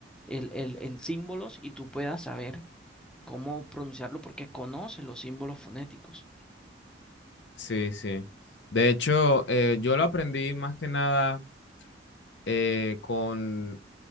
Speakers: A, in the centre; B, on the left (about 75°).
A: el, el, en símbolos y tú puedas saber cómo pronunciarlo porque conoces los símbolos fonéticos.
B: Sí, sí. De hecho, eh, yo lo aprendí más que nada eh, con